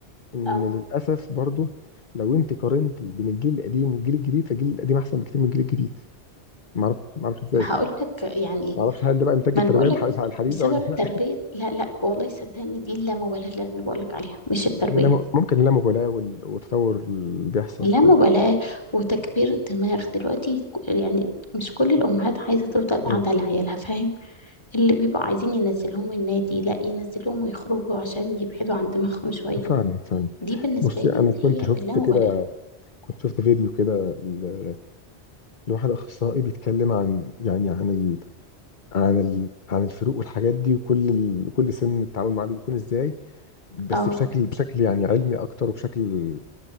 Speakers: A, on the left (about 50°); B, on the left (about 25°).
A: ان
B: اه
A: للاسف برضو لو انت قارنتي بين الجيل القديم والجيل الجديد فالجيل القديم احسن بكتير من الجيل الجديد معرفش معرفش ازاي
B: ما هقول لك يعني
A: ما اعرفش هل ده بقى انتاج
B: ما
A: التربيه
B: انا بقول
A: الح-
B: لك
A: الحديثه
B: بسبب
A: ولا لا
B: تربية لا لا والله صدقني دي اللامبالاة اللي انا بقول لك عليها مش التربية
A: ممكن اللا ممكن اللامبالاه وال- والتطور اللي بيحصل
B: اللامبالاة
A: في ال...
B: وتكبير الدماغ دلوقتي ك- يعني مش كل الأمهات عايزة تفضل قاعدة
A: مم.
B: لعيالها فاهم اللي بيبقوا عايزين ينزلوهم النادي لا ينزلوهم ويخرجوا عشان يبعدوا عن دماغهم شوية
A: فعلا فعلا
B: دي بالنسبة
A: بصي
B: لي
A: انا
B: اللي
A: كنت
B: هي
A: شفت
B: اللامبالاة
A: كده كنت شفت فيديو كده ل- لواحد اخصائي بيتكلم عن يعني عن ال... عن ال... عن الفروق والحاجات دي وكل ال... كل سن التعامل معاه بيكون ازاي بس
B: اه
A: بشكل بشكل يعني علمي اكتر وبشكل